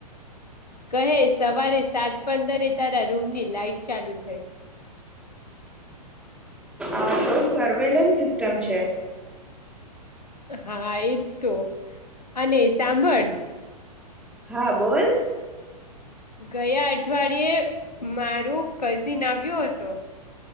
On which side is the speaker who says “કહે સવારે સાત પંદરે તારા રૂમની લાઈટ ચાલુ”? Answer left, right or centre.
Left